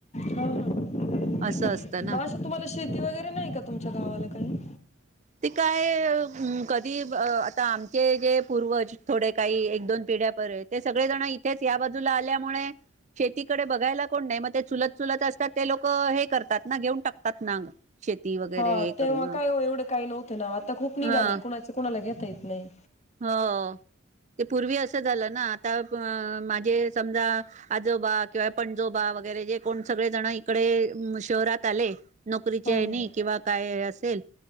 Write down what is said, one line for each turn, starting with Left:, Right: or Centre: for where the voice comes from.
Left: हा हा
Right: असं असत. ना
Left: मग अशा तुम्हाला शेती वगैरे नाही का तुमच्या गावाला काही
Right: ते काय कधी आता आमचें जे पूर्वज थोडे काही एक दोन पिढ्या पर्यंत ते सगळे जणं इथेच या बाजूला आल्यामुळे शेतीकडे बघायला कोण नाही मग ते चुलत चुलत असतात ते लोक हे करत त्या ना घेऊन टाकतात ना शेती वगैरे
Left: हा
Right: हे
Left: तेव्हा
Right: करूण ह्
Left: काय हो एवढं काही नव्हतं ना आता खूप निघालय
Right: ह्
Left: कुणाच कुणाला घेता येत नाही
Right: हो ते पूर्वी अस झालं ना तंब माझे समजा आजोबा किंवा पंजोबा वगैरे जे कोण सगळे जण इकडे शहरात आले नोकरीच्या
Left: हा हा
Right: हीणी किंवा काय असेल